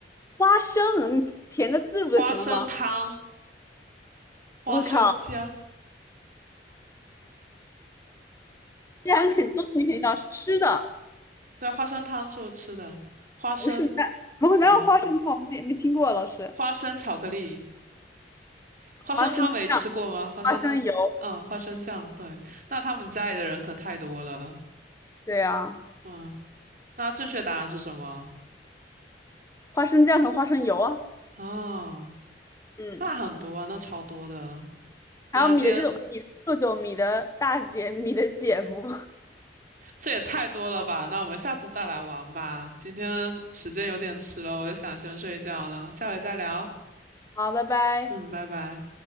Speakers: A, on the left; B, on the right.
A: 花生，你填个字不就行了吗？
B: 花生汤，花生酱，
A: 我靠，这两个肯都是你肯定要是吃的，
B: 对啊，花生汤是我吃的，花生。
A: 不是蛋。我们哪有花生汤？
B: 嗯。
A: 没没听过啊老师。
B: 花生巧克力，花生汤没吃过吗？
A: 花生酱、
B: 花生汤，
A: 花生油，
B: 啊，花生酱，对，那他们家里的人可太多了，
A: 对啊，
B: 嗯，那正确答案是什么？
A: 花生酱和花生油啊。
B: 哦，
A: 嗯。
B: 那很多啊，那超多的，那今天
A: 还有米的舅舅、米的舅舅、米的大姐、米的姐夫。
B: 这也太多了吧？那我们下次再来玩吧，今天时间有点迟了，我想先睡觉了，下回再聊，
A: 好，拜拜。
B: 嗯，拜拜。